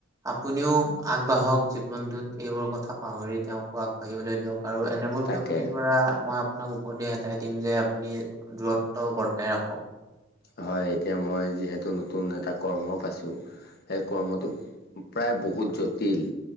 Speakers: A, on the right; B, on the left.
A: আপুনিওঁ আগবাঢ়ক জীৱনটোত এইবোৰ কথা পাহৰি তেওঁকো আগবাঢ়িবলৈ দিয়ক। আৰু এনেবোৰ
B: তাকে
A: ব্যক্তিৰ পৰা মই আপ আপোনাক উপদেশ এটাই দিম যে আপুনি দূৰত্ব বৰ্তাই ৰাখক।
B: হয় এতিয়া মই যিহেতু নতুন এটা কৰ্ম পাইছো সেই কৰ্মটোত প্ৰায় বহুত জটিল